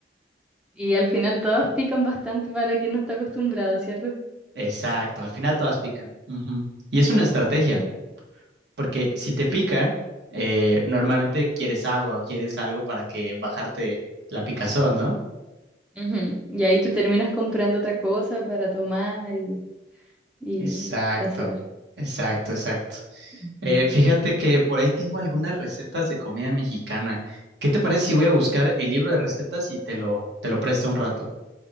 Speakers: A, in the centre; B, on the right (about 75°).
A: Y al final todas pican bastante para quien no está acostumbrado, ¿cierto?
B: Exacto, al final todas pican. Ujú. Y es una estrategia.
A: Al final. to-
B: Porque si te pica, eh, normalmente quieres agua o quieres algo para que bajarte la picazón, ¿no?
A: Ujú. Y ahí tú terminas comprando otra cosa para tomar y, y
B: Exacto,
A: pasar.
B: exacto, exacto.
A: Ujú.
B: Eh, fíjate que por ahí tengo algunas recetas de comida mexicana. ¿Qué te parece si voy a buscar el libro de recetas y te lo, te lo presto un rato?